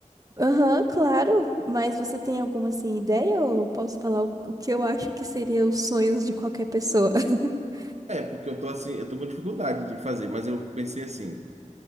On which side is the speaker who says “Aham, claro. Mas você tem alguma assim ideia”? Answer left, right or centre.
Right